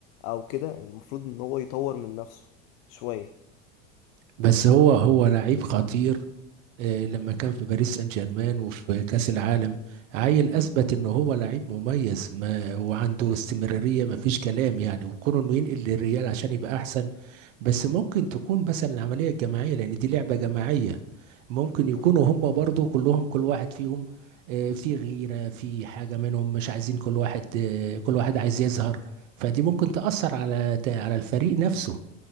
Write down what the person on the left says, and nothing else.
او كده المفروض ان هو يطور من نفسه شوية
مم.